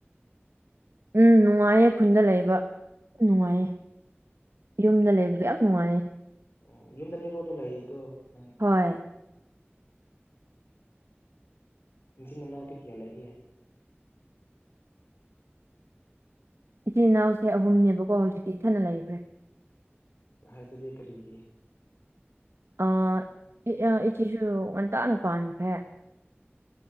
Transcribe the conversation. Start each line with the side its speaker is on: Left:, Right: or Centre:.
Right: ꯎꯝ ꯅꯨꯡꯉꯥꯏꯌꯦ ꯈꯨꯟꯗ ꯂꯩꯕ ꯅꯨꯡꯉꯥꯏꯌꯦ ꯌꯨꯝꯗ ꯂꯩꯕꯗ ꯌꯥꯝ ꯅꯨꯡꯉꯥꯏꯌꯦ
Left: ꯎ ꯌꯨꯝꯗꯅꯤꯀꯣ ꯑꯗꯨꯣ ꯂꯩꯗꯣ ꯅꯪ
Right: ꯍꯣꯏ
Left: ꯁꯤ ꯃꯦꯟꯅ ꯅꯅꯥꯎꯗ ꯀꯌꯥꯂꯒꯦ
Right: ꯏꯆꯤꯜ ꯏꯅꯥꯎꯁꯦ ꯑꯍꯨꯝꯅꯦꯕꯀꯣ ꯍꯧꯖꯤꯛꯤ ꯏꯊꯅ ꯂꯩꯈ꯭ꯔꯦ
Left: ꯍꯥꯏꯕꯗꯤ ꯀꯔꯤꯒꯤ
Right: ꯑ ꯏꯆꯦꯁꯨ ꯉꯟꯇꯥꯅ ꯄꯥꯟꯈ꯭ꯔꯦ